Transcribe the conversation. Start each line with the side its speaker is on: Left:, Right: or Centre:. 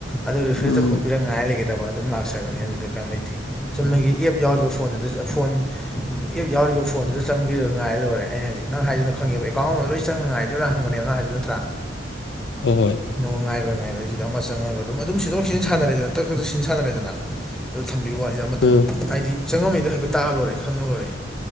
Centre: ꯑꯗꯨ ꯔꯤꯐ꯭ꯔꯦꯁ
Left: ꯎꯝ
Centre: ꯇꯧꯈꯣꯛꯄꯤꯔ ꯉꯥꯏ ꯂꯩꯒꯦꯗꯕ ꯑꯗꯨꯝ ꯂꯥꯛꯆꯒꯅꯤ ꯑꯗꯨꯗ ꯀꯩꯝ ꯂꯩꯇꯦ ꯆꯨꯨꯝꯅꯒꯤ ꯑꯦꯞ ꯌꯥꯎꯔꯤꯕ ꯐꯣꯟꯗꯨꯗꯖꯨ ꯑ ꯐꯣꯟ ꯑꯦꯞ ꯌꯥꯎꯔꯤꯕ ꯐꯣꯟꯗꯨꯗ ꯆꯪꯕꯤꯔ ꯉꯥꯏꯔ ꯂꯣꯏꯔꯦ ꯑꯩꯅ ꯍꯥꯢꯖꯦ ꯅꯪ ꯍꯥꯏꯖꯤꯅ ꯈꯪꯉꯦꯕ ꯑꯦꯀꯥꯎꯟ ꯑꯃꯃꯝ ꯂꯣꯏ ꯆꯪꯉ ꯉꯥꯏ ꯌꯨꯔ ꯍꯪꯕꯅꯦꯕ ꯅꯪ ꯍꯥꯏꯗꯨ ꯅꯠꯇ꯭ꯔꯥ
Left: ꯍꯣ-ꯍꯣꯏ
Centre: ꯅꯣ ꯉꯥꯏꯔꯣꯏ ꯉꯥꯏꯔꯣꯏ ꯑꯖꯤꯗ ꯑꯃꯥ ꯆꯪꯉꯒ ꯑꯗꯨꯝ ꯑꯗꯨꯝ ꯁꯤꯟꯗꯣꯛ ꯁꯤꯟꯖꯤꯟ ꯁꯥꯟꯅꯔꯦꯗꯅ ꯇꯛ ꯇꯛ ꯁꯤꯟ ꯁꯥꯟꯅꯔꯦꯗꯅ ꯑꯗꯨ ꯊꯝꯕꯤ ꯋꯥꯅꯤ ꯗ ꯑꯃꯇꯪ
Left: ꯑꯥ
Centre: ꯍꯥꯏꯗꯤ ꯆꯪꯉꯝꯃꯤꯗꯣ ꯍꯥꯏꯐꯦꯠ ꯇꯥꯛꯑ ꯂꯣꯏꯔꯦ ꯈꯪꯉ ꯂꯣꯏꯔꯦ